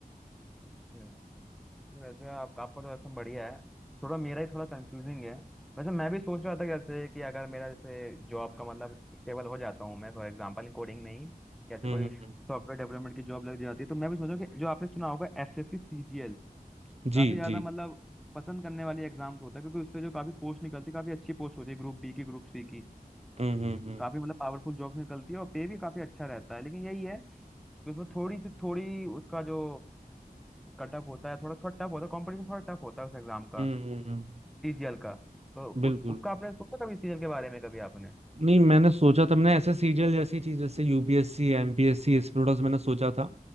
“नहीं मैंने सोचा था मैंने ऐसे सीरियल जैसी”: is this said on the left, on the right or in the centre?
Right